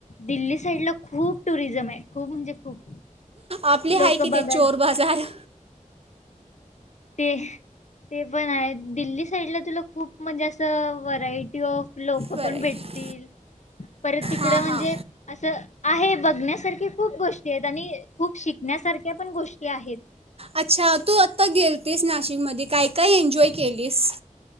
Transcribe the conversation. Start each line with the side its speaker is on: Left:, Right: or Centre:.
Left: दिल्ली साईड ला खूप टुरिझम आहे खूप म्हणजे खूप
Right: आपली
Left: लोक
Right: हाय कि
Left: बघाल
Right: ते चो बाजार
Left: ते ते पण आहे दिल्ली साईडला तुला खूप म्हणजे असं व्हरायटी ऑफ लोक
Right: बरं
Left: पण
Right: आहे
Left: भेटतील परत तिकड
Right: हां
Left: म्हणजे
Right: हां
Left: असं आहे बघण्यासारखी खूप गोष्टी आहेत आणि खूप शिकण्यासारख्या पण गोष् ते आहेत.
Right: अच्छा तू आता गेलतीस नाशिक मध्ये काय काय एन्जॉय केलीस.